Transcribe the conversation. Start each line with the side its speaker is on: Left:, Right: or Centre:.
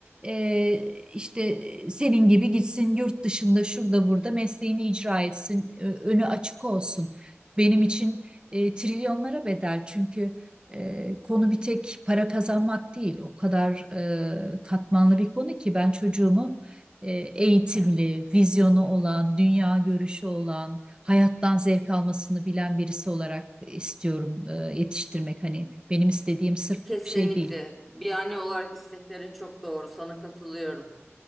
Right: E, işte e, senin gibi gitsin yurt dışında şurada burada mesleğini icra etsin Ö- önü açık olsun. Benim için e, trilyonlara bedel çünkü e, konu bir tek para kazanmak değil o kadar e, katmanlı bir konu ki ben çocuğumu e, eğitimli, vizyonu olan, dünya görüşü olan, hayattan zevk almasını bilen birisi olarak istiyorum e, yetiştirmek. Hani benim istediğim sırf
Centre: kesinlikle
Right: şey değil.
Centre: bir anne olarak isteklerin çok doğru. Sana katılıyorum.